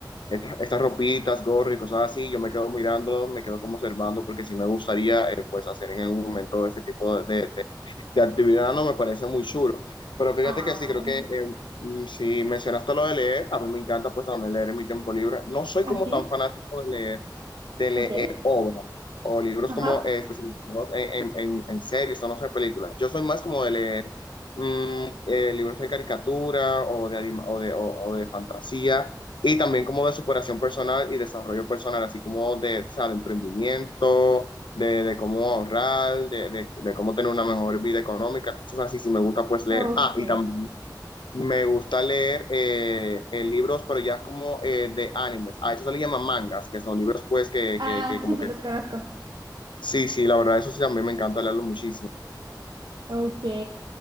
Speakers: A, on the left (about 85°); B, on the right (about 75°).
A: estas, estas ropitas, gorro y cosas así, yo me quedo mirando, me quedo como observando, porque sí me gustaría eh, pues hacer en algún momento ese tipo de, de, de actividad, no me parece muy chulo. Pero fíjate
B: Ah,
A: que sí, creo que eh, mm, si mencionaste lo de leer, a mí me encanta pues también leer en mi tiempo libre. No soy
B: así,
A: como tan fanático de leer de leer
B: ok.
A: obras o libros
B: Ajá,
A: como eh, especializados en, en, en- en series o no sé, películas. Yo soy más como de leer mm, eh, libros de caricatura o de, anima- o de, o- o de fantasía y también como de superación personal y desarrollo personal, así como de, o sea, de emprendimiento, de, de cómo ahorrar, de, de- de cómo tener una mejor vida económica, cosas así, si me gusta pues leer.
B: ok.
A: Ah, y también me gusta leer eh, eh, libros, pero ya como eh, de animes. A eso se le llama mangas, que son libros pues que,
B: Ah,
A: que, que como
B: sí, sí,
A: que...
B: los conozco.
A: Sí, sí, la verdad, eso sí, a mí me encanta leerlo muchísimo.
B: Ok.